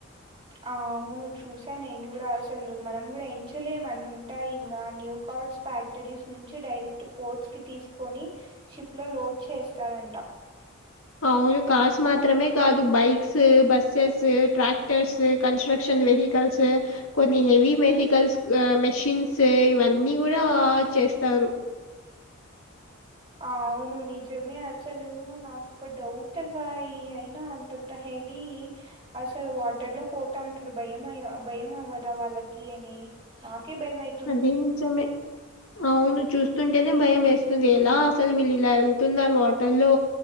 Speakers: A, on the right; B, on the left.
A: ఆ అవును చూసా నేను కూడా అసలు మనం కూడా ఎంచలేమ్ అన్నీ ఉంటాయి న్యూ కార్ట్స్ ఫ్యాక్ క్టరీస్ నుంచి డైరెక్ట్ పోర్ట్స్ కి తీసుకొని షిప్ లో లోడ్ చేస్తారంట
B: అవును కార్స్ మాత్రమే కాదు bikes buses tractors construction vehicles కొన్ని హెవీ వెహికల్స్ మెషిన్స్ ఇవన్నీ కూడా చేస్తారు
A: ఆ అవును నిజమే అసలు నాకొక డౌట్ రాయి అయినా అం అంత హెవీ అసలు వాటర్ లో పోతా ఉంటరు భయమయ్య భయం అవ్వదా వాళ్ళకి అని నాకే భయమవుతుంది
B: అది నిజమే అవును చూస్తుంటేనే భయం ఏస్తుంది ఎలా అసలు వీళ్ళు ఇలా ఎళ్తున్నరు వాటర్లో